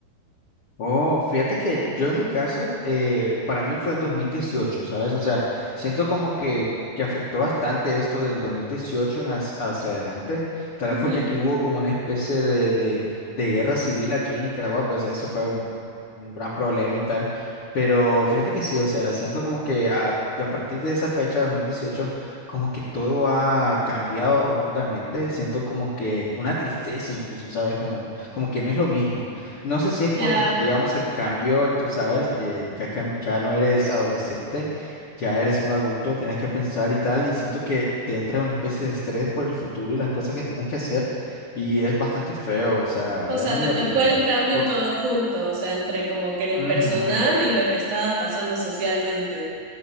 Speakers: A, on the left; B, on the right.
A: Oh, fíjate que yo en mi caso, eh, para mí fue el 2018, ¿sabes? O sea, siento como que, que afectó bastante esto del 2018 en as- hacia adelante, tal
B: Ujú.
A: vez porque aquí hubo como una especie de, de, de guerra civil aquí en Nicaragua, pues eso fue un, un gran problema y tal, pero fíjate que sí, o sea, siento como que a, a partir de esa fecha, 2018, como que todo ha cambiado rotundamente, siento como que una tristeza incluso, ¿sabes? Como, como que no es lo mismo. No sé si es por,
B: Ya.
A: digamos, el cambio, tú sabes, de- ya que ya no eres adolescente, ya eres un adulto, tienes que pensar y tal, y siento que te entra una especie de estrés por el futuro y las cosas que tienes que hacer, y es bastante feo, o sea,
B: O sea,
A: es muy
B: te
A: horrible.
B: tocó el cambio
A: Co-
B: todo junto, o sea, entre como que lo
A: Ujú.
B: personal y lo que estaba pasando socialmente.